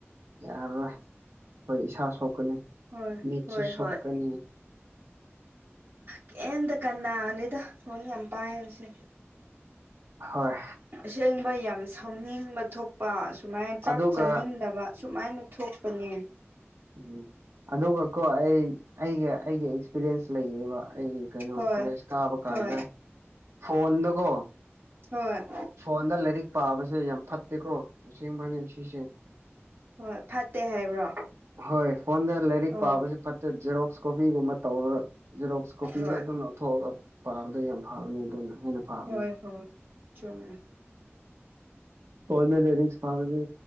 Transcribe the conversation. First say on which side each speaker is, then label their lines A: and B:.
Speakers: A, on the right (about 75°); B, on the right (about 50°).
A: ꯌꯥꯔꯔꯣꯏ ꯈꯣꯢ ꯏꯁꯥ ꯁꯣꯛꯀꯅꯤ
B: ꯍꯣꯏ
A: ꯃꯤꯠꯁꯨ
B: ꯍꯣꯏ
A: ꯁꯣꯛꯀꯅꯤ
B: ꯍꯣꯏ ꯀꯤꯝꯇ ꯀꯅꯥꯅꯗꯦꯗ ꯐꯣꯟ ꯌꯥꯝ ꯄꯥꯏꯕꯁꯦ
A: ꯍꯣꯏ
B: ꯑꯁꯦꯡꯕ ꯌꯥꯝ ꯁꯥꯎꯅꯤꯡꯕ ꯊꯣꯛꯄ ꯁꯨꯃꯥꯏꯅ ꯆꯥꯛ
A: ꯑꯗꯨꯒ
B: ꯆꯥꯅꯤꯡꯗꯕ ꯁꯨꯃꯥꯏꯅ ꯊꯣꯛꯄꯅꯦ
A: ꯎꯝ ꯑꯗꯨꯒꯀꯣ ꯑꯩ ꯑꯩꯒ ꯑꯩꯒ ꯑꯦꯛꯁꯄꯤꯔꯤꯌꯦꯟꯁ ꯂꯩꯌꯦꯕ ꯑꯩ ꯀꯩꯅꯣ
B: ꯍꯣꯏ
A: ꯀꯂꯦꯁ ꯀꯥꯕ ꯀꯥꯟꯗ
B: ꯍꯣꯏ
A: ꯐꯣꯟꯗꯀꯣ
B: ꯍꯣꯏ
A: ꯐꯣꯟꯗ ꯂꯥꯏꯔꯤꯛ ꯄꯥꯕꯁꯦ ꯌꯥꯝ ꯐꯠꯇꯦꯀꯣ ꯑꯁꯦꯡꯕꯅꯤ ꯁꯤꯁꯦ
B: ꯍꯣꯏ ꯐꯠꯇꯦ ꯍꯥꯏꯕ꯭ꯔꯣ
A: ꯍꯣꯏ ꯐꯣꯟꯗ ꯂꯥꯏꯔꯤꯛ
B: ꯑꯣ
A: ꯄꯥꯕꯁꯤ ꯐꯠꯇꯦ ꯖꯦꯔꯣꯛꯁ ꯀꯣꯄꯤꯒꯨꯝꯕ ꯇꯧꯔꯥꯒ ꯖꯦꯔꯣꯛꯁ ꯀꯣꯄꯤ
B: ꯍꯣꯏ
A: ꯈꯔ ꯑꯗꯨꯝ ꯂꯧꯊꯣꯛꯑꯒ ꯄꯥꯕꯗ ꯌꯥꯝ ꯐꯕꯅꯤ ꯑꯗꯨꯅ ꯍꯦꯟꯅ ꯐꯕꯅꯤ
B: ꯍꯣꯏ ꯍꯣꯏ ꯆꯨꯝꯃꯦ
A: ꯐꯣꯟꯗ ꯂꯥꯢꯔꯤꯛ ꯄꯥꯕꯗꯤ